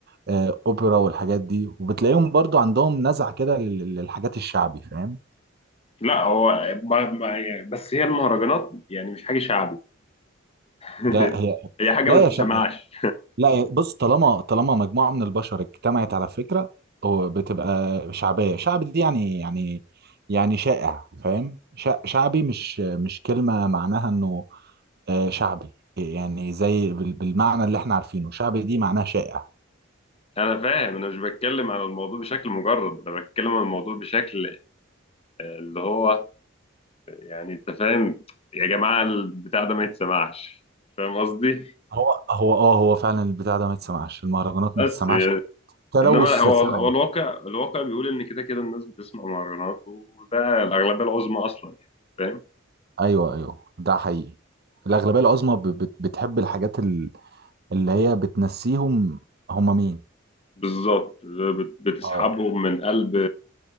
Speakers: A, on the right (about 55°); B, on the left (about 30°).
A: آه، اوبرا والحاجات دي وبتلاقيهم برضو عندهم نزعه كده لل- للحاجات الشعبي فاهم
B: لا هو ب- ب- يعني بس هي المهرجانات يعني مش حاجه شعبي <laughs>
A: ده هي
B: هي حاجه
A: لا
B: ما
A: يا
B: تتسمعش
A: شعب لا بص طالما طالما مجموعة من البشر اجتمعت على فكرة هو بتبقى شعبية شعب دي يعني يعني يعني شائع فاهم شع- شعبي مش مش كلمة معناها انه آه، شعبي يعني زي بال- بالمعنى اللي احنا عارفينه شعبي دي معناها شائع
B: انا فاهم انا مش بتكلم على الموضوع بشكل مجرد انا بتكلم على الموضوع بشكل آه، اللي هو يعني انت فاهم يا جماعه البتاع ده ما يتسمعش فاهم قصدي
A: هو هو اه هو فعلا البتاع ده ما يتسمعش المهرجانات ما
B: بس
A: تسمعش
B: يعني
A: تلوث
B: انما
A: سمعي
B: هو هو الواقع الواقع بيقول ان كده كده الناس بتسمع مهرجانات وده الاغلبيه العظمى اصلا يعني فاهم
A: ايوه ايوه ده حقيقي الأغلبية العظمى ب- بت- بتحب الحاجات ال- اللي هي بتنسيهم هم مين
B: بالظبط بت- بتسحبهم
A: اه
B: من قلب